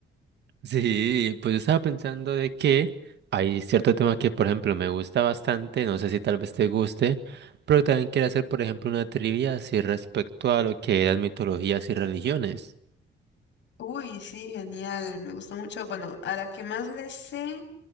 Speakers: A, on the right; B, on the left.
A: Sí, pues yo estaba pensando de que hay cierto tema que, por ejemplo, me gusta bastante, no sé si tal vez te guste, pero también quiero hacer, por ejemplo, una trivia así respecto a lo que eran mitologías y religiones.
B: Uy, sí, genial, me gustó mucho. Bueno, a la que más le sé